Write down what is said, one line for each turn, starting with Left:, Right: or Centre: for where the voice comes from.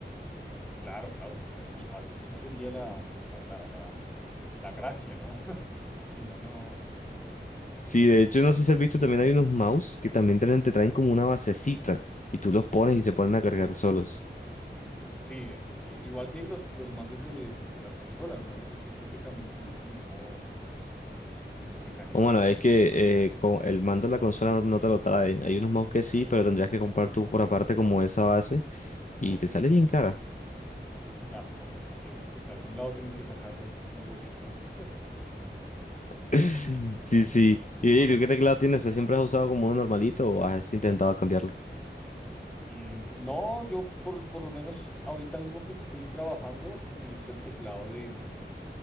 Centre: Claro, claro, porque así, así sí sería la, la, la, la, la gracia, ¿no? <laughs> Si no, no,
Left: Sí,
Centre: no tendría
Left: de hecho, no sé si
Centre: sentido.
Left: has visto, también hay unos mouse que también traen- te traen como una basecita y tú los pones y se ponen a cargar solos.
Centre: Sí, sí, sí. Igual que los, los mandos de, de las consolas, ¿no? Creo que, creo que también utilizan el mismo, el mismo mecanismo.
Left: O bueno, es que eh, con el mando de la consola no, no te lo trae. Hay unos mouse que sí, pero tendrías que comprar tú por aparte como esa base y
Centre: Ok.
Left: te sale bien cara.
Centre: Claro, no, pues es que de algún lado tienen que sacar negocio, ¿no? <laughs>
Left: <laughs> Sí, sí. Y oye, ¿tú qué teclado tienes? ¿Te ¿Siempre has usado como uno normalito o has intentado cambiarlo?
Centre: Mm, no, yo por, por lo menos ahorita mismo que estoy trabajando, utilizo el teclado del,